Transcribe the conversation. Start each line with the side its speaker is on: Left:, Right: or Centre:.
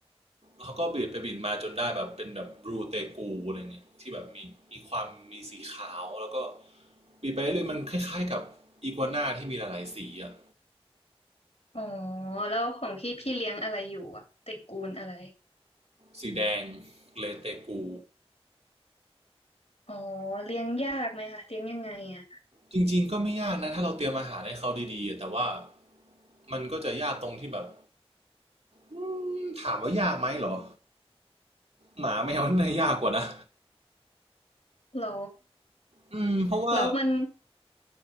Right: เขาก็บีดไปบีดมาจนได้แบบเป็นแบบบลูเตกูอะไรเงี้ยที่แบบมีมีความมีสีขาวแล้วก็บีดไปเรื่อยมันคล้ายๆกับอีกัวน่าที่มีหลายๆสีอะ
Left: อ๋อแล้วของพี่พี่เลี้ยงอะไรอยู่อ่ะตระกูลอะไร
Right: สีแดงเลเตกู
Left: อ๋อเลี้ยงยากไหมคะเลี้ยงยังไงอ่ะ
Right: จริงๆก็ไม่ยากนะถ้าเราเตรียมอาหารให้เขาดีๆแต่ว่ามันก็จะยากตรงที่แบบ อืมถามว่ายากไหมเหรอหมาแมวน่ายากกว่านะ
Left: หรอ
Right: อืมเพราะว่า
Left: แล้วมัน